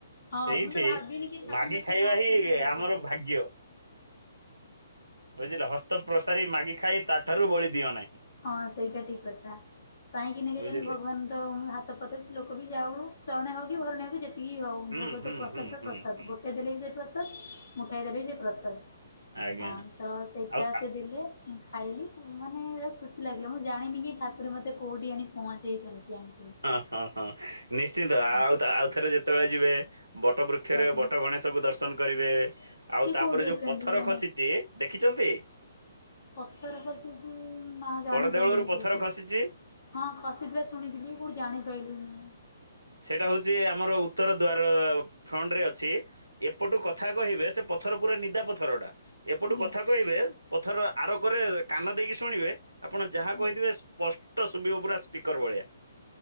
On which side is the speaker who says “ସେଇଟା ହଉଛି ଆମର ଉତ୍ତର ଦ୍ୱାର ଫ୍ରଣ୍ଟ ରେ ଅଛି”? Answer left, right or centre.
Right